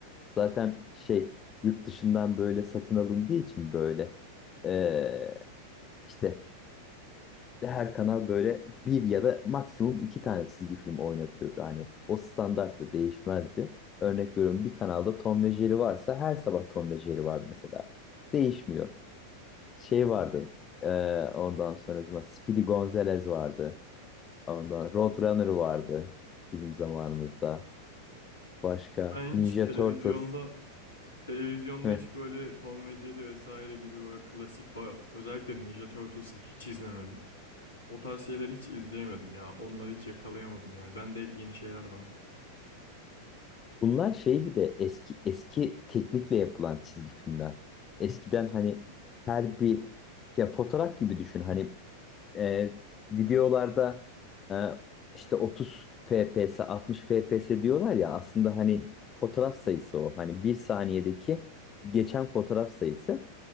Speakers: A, on the left; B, on the left.
A: Zaten şey yurt dışından böyle satın alındığı için böyle ee, işte her kanal böyle bir ya da maksimum iki tane çizgi film oynatıyordu. Hani o standarttı değişmezdi. Örnek veriyorum bir kanalda Tom ve Jerry varsa her sabah Tom ve Jerry var mesela. Değişmiyor. Şey vardı. e, ondan sonra acaba Speedy Gonzales vardı. Ondan Roadrunner vardı bizim zamanımızda. Başka
B: Ben
A: Ninja
B: hiç televizyonda
A: Turtles.
B: televizyonda
A: Heh.
B: hiç böyle Tom ve Jerry vesaire gibi böyle klasik ba- özellikle Ninja Turtles'ı hiç izlemedim. O tarz şeyleri hiç izleyemedim ya. Onları hiç yakalayamadım yani. Bende hep yeni şeyler vardı.
A: Bunlar şey bir de eski eski teknikle yapılan çizgi filmler. Eskiden hani her bir ya fotoğraf gibi düşün. Hani e, videolarda e, işte 30 FPS, 60 FPS diyorlar ya aslında hani fotoğraf sayısı o. Hani bir saniyedeki geçen fotoğraf sayısı.